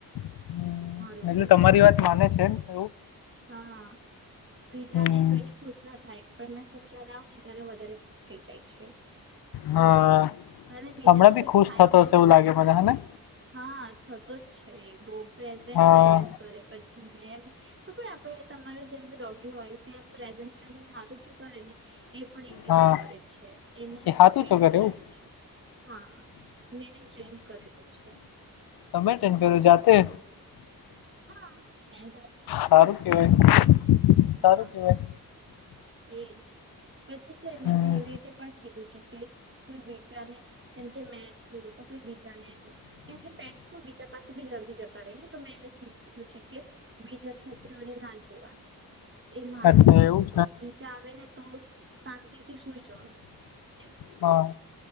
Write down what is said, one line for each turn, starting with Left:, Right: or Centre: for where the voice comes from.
Left: હમ
Right: મારુ પે
Left: એટલે તમારી વાત માને છે એમને?
Right: હા બીજાને
Left: હમ
Right: જોઈને ખુશ ના થાય પણ મેં હું જયારે આવ ને ત્યારે વધારે ખુશ થઈ જાય છે.
Left: હા
Right: અને બીજાને
Left: હમણાં બી
Right: જોઈને
Left: ખુશ
Right: થાય
Left: થતો
Right: ને
Left: હશે એવું લાગે મને હને.
Right: હા થતો જ છે એ બહ પ્રેઝન્ટ
Left: હા
Right: પ્રેઝન્ટ કરે પછી મે ખબર આપડે તમારે જેમ કે ડોગી હોય ત પ્રેઝન્ટ પ્રેઝન્ટ હાથ છું કરે ને એ પણ એવી
Left: હા
Right: રીતે કરે છે એને હું
Left: એ સાચું
Right: ટ્રેન
Left: છો કરે
Right: કરેલું
Left: એવું
Right: છે હા મે ટ્રીમ કરલ છે
Left: તમેટેન્ડ કર્યું જાતે
Right: હા મે જ
Left: સારું કેવાય
Right: હા
Left: સારું કેવાય
Right: એજ પછી છે મેંને
Left: હમ
Right: એવી રીતે પણ કીધું છે કે કોઈ બીજાને તેમ જે મેં છું તો કોઈ બીજા ને કેમ કે પેન્ટ શું બીજા પાસે ભી જલ્દી જતા રહે ને તો મે એને ીધું છે કે બીજા છોકરીઓને ના જોવાનું એ મારું
Left: અચ્છા
Right: જ છે
Left: એવું
Right: તો આવે ને તો શાંતિથી સુઈ જવા એમ
Left: હા